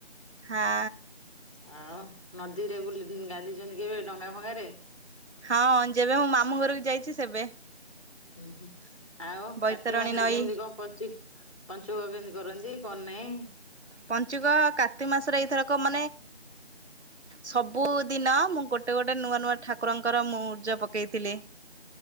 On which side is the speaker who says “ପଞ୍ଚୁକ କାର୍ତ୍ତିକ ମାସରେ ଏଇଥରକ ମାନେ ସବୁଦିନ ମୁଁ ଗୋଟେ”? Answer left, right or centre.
Right